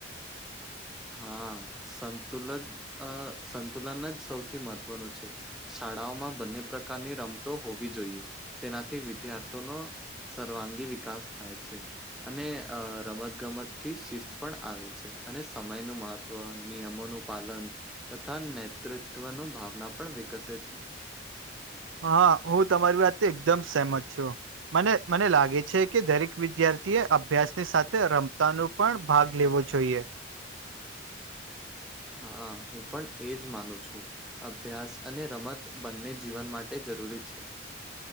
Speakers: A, in the centre; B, on the right.
A: હા સંતુલદ અ સંતુલન જ સૌથી મહત્વનું છે. શાળાઓમાં બંને પ્રકારની રમતો હોવી જોઈએ તેનાથી વિદ્યાર્થીઓનો સર્વાંગી વિકાસ થાય છે અને અ રમત ગમત થી શિસ્ત પણ આવે છે અને સમય નું મહત્વ નિયમોનું પાલન તથા નેતૃત્વની ભાવના પણ વિકસે છે
B: હા હું તમારી વાત એકદમ સહેમત છું મને મને લાગે છે કે દરેક વિદ્યાર્થી એ અભ્યાસની સાથે રમતા ન પણ ભાગ લેવો જોઈએ
A: હા હું પણ એજ માનું છું અભ્યાસ અને રમત બંને જીવન માટે જરૂરી છે